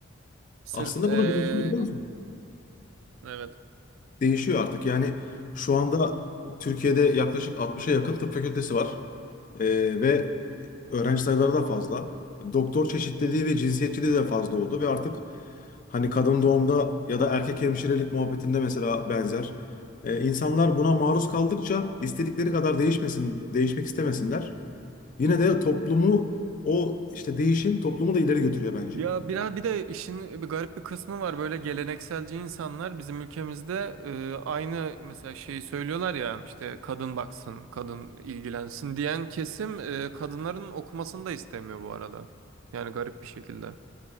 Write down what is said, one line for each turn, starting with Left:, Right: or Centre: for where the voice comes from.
Right: Sırf
Left: Aslında
Right: e,
Left: bu da değişiyor biliyor musun?
Right: evet.
Left: Değişiyor artık. Yani şu anda Türkiye'de yaklaşık 60'a yakın tıp fakültesi var. E, ve öğrenci sayıları da fazla. Doktor çeşitliliği ve cinsiyetçiliği de fazla oldu ve artık hani kadın doğumda ya da erkek hemşirelik muhabbetinde mesela benzer. Ee, insanlar buna maruz kaldıkça istedikleri kadar değişmesin, değişmek istemesinler. Yine de toplumu o işte değişim toplumu da ileri götürüyor bence.
Right: Ya biraz bir de işin bir garip bir kısmı var böyle gelenekselci insanlar bizim ülkemizde e, aynı mesela şeyi söylüyorlar ya işte kadın baksın, kadın ilgilensin diyen kesim e, kadınların okumasını da istemiyor bu arada. Yani garip bir şekilde.